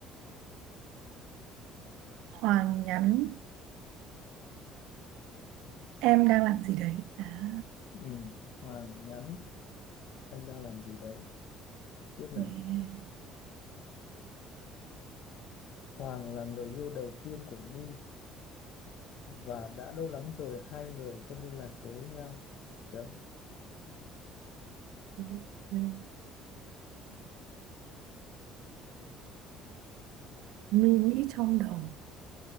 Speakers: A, on the right; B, on the left.
A: Hoàng nhắn em đang làm gì đấy à,
B: Ừ. Hoàng nhắn em đang làm gì đấy tiếp này
A: yeah.
B: Hoàng là người yêu đầu tiên của mi và đã lâu lắm rồi hai người không liên lạc với nhau chấm
A: Ừm, Mi nghĩ trong đầu